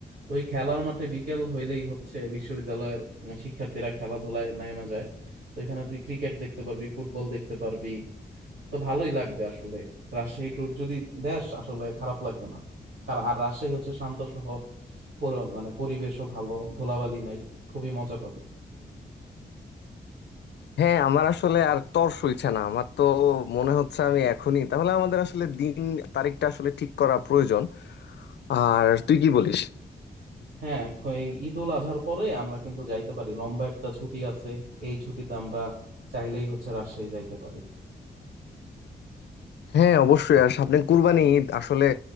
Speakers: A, on the right; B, on the left.
A: তো ওই খেলার মাঠে বিকেল হইলেই হচ্ছে বিশ্ববিদ্যালয়ের উম, শিক্ষার্থীরা খেলাধুলায় নেমে যায় তো এখানে তুই ক্রিকেট দেখতে পারবি ফুটবল দেখতে পারবি তো ভালোই লাগবে আসলে রাজশাহী ট্যুর যদি দেশ আসলে খারাপ লাগবে না কারণ আর রাজশাহী হচ্ছে শান্ত শহর পুরো- মানে পরিবেশও ভালো ধুলাবালি নাই খুবই মজা পাবি
B: হ্যাঁ আমার আসলে আর তর সইছে না আমার তো মনে হচ্ছে আমি এখনই তাহলে আমাদের আসলে দিন তারিখটা আসলে ঠিক করা প্রয়োজন আর তুই কি বলিস
A: হ্যাঁ খ- এই ঈদুল আজহার পরে আমরা কিন্তু যাইতে পারি লম্বা একটা ছুটি আছে এই ছুটিতে আমরা চাইলেই হচ্ছে রাজশাহী যাইতে পারি
B: হ্যাঁ অবশ্যই আর সামনে কুরবানি ঈদ আসলে